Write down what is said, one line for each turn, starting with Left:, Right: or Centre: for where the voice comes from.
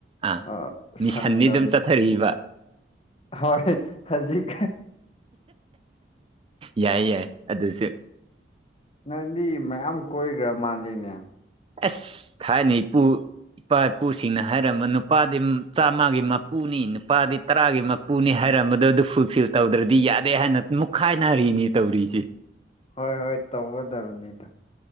Right: ꯑꯥ
Left: ꯑ
Right: ꯃꯤꯁꯟꯗꯤ
Left: ꯁꯪꯗꯕ
Right: ꯑꯗꯨꯝ ꯆꯠꯊꯔꯤꯕ
Left: ꯍꯣꯏ ꯍꯧꯖꯤꯛ
Right: ꯌꯥꯏ ꯌꯥꯏ ꯑꯗꯨꯁꯨ
Left: ꯅꯪꯗꯤ ꯃꯌꯥꯝ ꯀꯣꯏꯈ꯭ꯔ ꯃꯥꯜꯂꯤꯅꯦ
Right: ꯑꯁ ꯊꯥꯏꯅꯥ ꯏꯄꯨ ꯏꯄꯥ ꯏꯄꯨꯁꯤꯡꯅ ꯍꯥꯏꯔꯝꯕ ꯅꯨꯄꯥꯗꯤ ꯆꯥꯝꯃꯒꯤ ꯃꯄꯨꯅꯤ ꯅꯨꯄꯥꯗꯤ ꯇꯔꯥꯒꯤ ꯄꯨꯅꯤ ꯍꯥꯏꯔꯝꯕꯗꯣ ꯑꯗꯨ ꯐꯨꯜꯐꯤꯜ ꯇꯧꯗ꯭ꯔꯗꯤ ꯌꯥꯗꯦ ꯍꯥꯏꯅ ꯃꯨꯛꯈꯥꯏꯅꯔꯤꯅꯤ ꯇꯧꯔꯤꯁꯤ
Left: ꯍꯣꯏ ꯍꯣꯏ ꯇꯧꯒꯗꯕꯅꯤꯗ